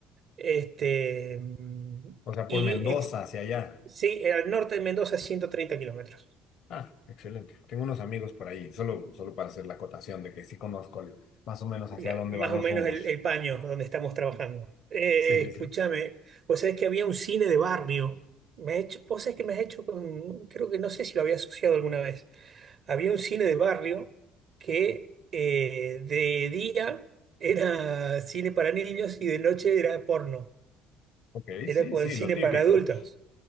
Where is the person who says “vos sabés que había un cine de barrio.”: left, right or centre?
Right